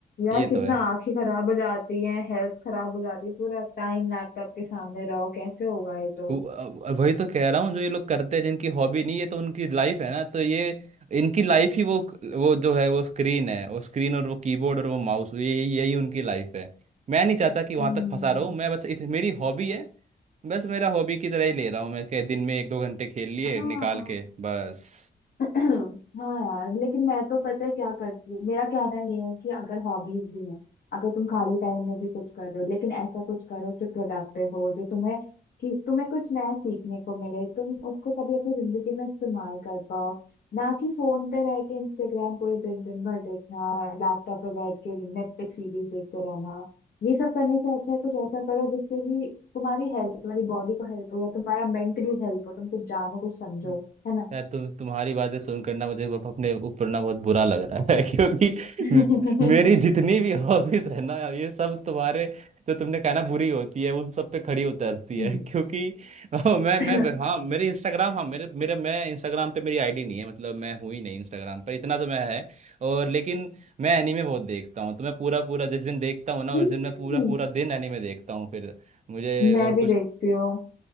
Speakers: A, on the left; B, on the right.
A: यार
B: ये
A: कितना
B: तो है
A: आंखें खराब हो जाती हैं हेल्थ खराब हो जाती है पूरा टाइम लैपटॉप के सामने रहो कैसे होगा ये तो
B: वो- अ- वही तो कह रहा हूँ जो ये लोग करते हैं जिनकी हॉबी नहीं है तो उनकी लाइफ है ना तो ये इनकी लाइफ ही वो वो जो है वो स्क्रीन है वो स्क्रीन और वो कीबोर्ड और वो माउस ये यही यही उनकी लाइफ है मैं नहीं चाहता कि वहां
A: हम्म
B: तक फंसा रहूं मैं बस इत, मेरी हॉबी है बस मेरा हॉबी की तरह ही ले रहा हूँ मैं के दिन में एक दो घंटे खेल लिए
A: हाँ
B: निकाल के बस
A: <clears throat> हाँ यार लेकिन मैं तो पता है क्या करती हूँ मेरा कहना ये है कि अगर हॉबीज भी हैं अगर तुम खाली टाइम में भी कुछ कर रहे हो लेकिन ऐसा कुछ करो जो प्रोडक्टिव हो जो तुम्हें कि तुम्हें कुछ नया सीखने को मिले तुम उसको कभी अपनी जिंदगी में इस्तेमाल कर पाओ ना कि फोन पे रह के इंस्टाग्राम पूरे दिन दिन भर देखना लैपटॉप पे बैठ के नेटफ्लिक्स सीरीज देखते रहना ये सब करने से अच्छा है कुछ ऐसा करो जिससे कि तुम्हारी हेल्प तुम्हारी बॉडी को हेल्प हो या तुम्हारा मेंटली हेल्प हो तुम कुछ जानो कुछ समझो
B: हम्म।
A: है ना
B: यार तुम तुम्हारी बातें सुनकर ना मुझे अप- अपने ऊपर ना बहुत बुरा लग रहा है <laughs> क्योंकि
A: <laughs>
B: मेरी जितनी भी हॉबीज है ना ये सब तुम्हारे जो तुमने कहा ना बुरी होती है उन सब पे खड़ी उतरती
A: हम्म
B: है <laughs> क्योंकि ओ, मैं
A: <laughs>
B: मैं हाँ मेरे इंस्टाग्राम हाँ मेरे मेरे मैं इंस्टाग्राम पे मेरी आईडी नहीं है मतलब मैं हूँ ही नहीं इंस्टाग्राम पर इतना तो मैं है और लेकिन मैं एनीमे बहुत देखता हूँ तो मैं पूरा पूरा जिस दिन देखता हूँ ना
A: हम्म,
B: उस दिन मैं पूरा पूरा दिन एनीमे देखता हूँ फिर मुझे
A: मैं
B: और
A: भी
B: कुछ
A: देखती हूँ